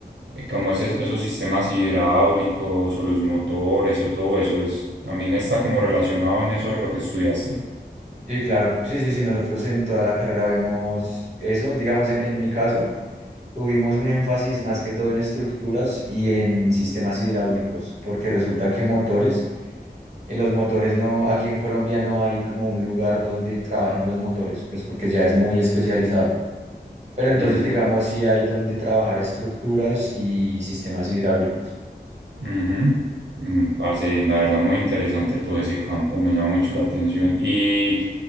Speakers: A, on the right; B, on the right.
A: eh, como esos, esos sistemas hidráulicos o los motores o todo eso, es, también está como relacionado en eso de lo que estudiaste.
B: Sí, claro, sí, sí, sí, nosotros en toda la carrera vemos eso. Digamos, en, en mi caso, tuvimos un énfasis más que todo en estructuras y en sistemas
A: Mm.
B: hidráulicos, porque resulta que motores, en los motores no, aquí en Colombia no hay como un lugar donde trabajen los motores, pues porque ya es muy especializado. Pero entonces,
A: Mm,
B: digamos, sí hay donde trabajar estructuras y sistemas hidráulicos.
A: ujú. Mm, parce, la verdad, muy interesante todo ese campo, me llama mucho la atención. Y,